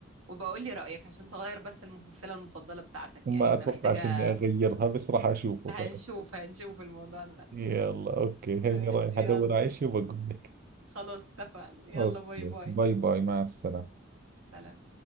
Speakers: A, on the right; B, on the right.
A: وبقول لي رأيك عشان تغير بس الممثلة المفضلة بتاعتك
B: ما
A: يعني انا
B: اتوقعش
A: محتاجة
B: اني اغيرها
A: <laughs>
B: بس راح اشوفه
A: هنشوف
B: خلص
A: هنشوف الموضوع ده
B: يلا اوكي
A: ماشي
B: هيني رايح ادور
A: يلا
B: على اشي وبقول لك
A: خلاص اتفقنا يلا
B: اوكي
A: باي باي
B: باي باي مع السلامة
A: سلام